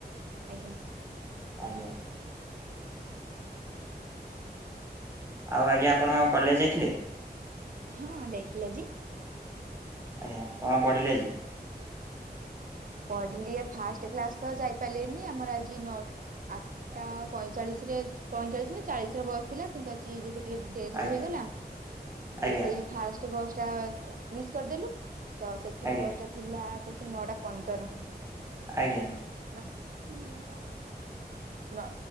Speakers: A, on the right; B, on the right.
A: ଆଜ୍ଞା।
B: ଆଜ୍ଞା। ଆଉ ଆଜ୍ଞା ଆପଣ କଲେଜ ଯାଇଥିଲେ?
A: ହଁ ଯାଇଥିଲି ଆଜି।
B: ଆଜ୍ଞା। କଣ ପଢ଼ିଲେ ଆଜି?
A: ପଢିଲି ଫାଷ୍ଟ କ୍ଲାସ ତ ଯାଇ ପାରିଲିନି ଆମର ଆଜି ନୋ ଆଠଟା ପଇଁଚାଳିଶରେ ପଇଁଚାଳିଶ ନା ଚାଳିଶରେ ବସ ଥିଲା କିନ୍ତୁ ଆଜି ଯେତେ ଟିକେ ଡେରି
B: ଆଜ୍ଞା
A: ହେଇଗଲା ଯେ
B: ଆଜ୍ଞା
A: ସେଇ ଫାଷ୍ଟ ବସ୍ ଟା ମିସ୍ କରିଦେଲୁ। ତ ସେକେଣ୍ଡ
B: ଆଜ୍ଞା
A: ବସ୍ ଟା ଥିଲା ଆଉ କେତେ ନଅଟା ପନ୍ଦର।
B: ଆଜ୍ଞା
A: <unintelligible> ନ